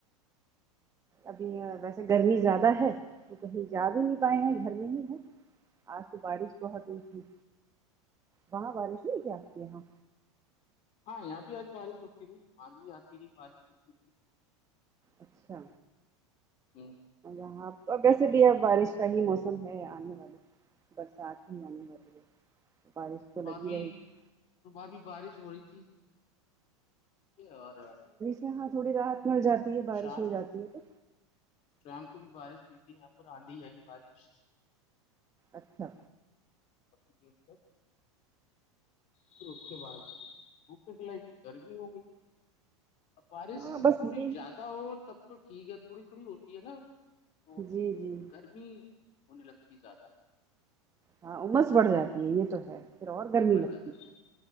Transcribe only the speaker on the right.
ابھی ویسے گرمی زیادہ ہے تو کہیں جا بھی نہیں پائے ہیں گھر میں ہی ہے آج تو بارش بہت ہوئی تھی وہاں بارش ہوئی کیا آپ کے یہاں
اچھا
اںب تو ا ویسے
بھی ہے بارش ک ہی موسم ہے آنے والی برسات ہی آنے والی ہے بارش
تو لگی
رہے گی
ج ہاں تھوڑی رات مل جاتی ہے بارش
ہو جاتی ہے تو
اچھا
ہاں بس
یہ
جی جی
ہاں عمس بڑھ جاتی ہے یہ تو ہے پھر اور
گرمی
لگتی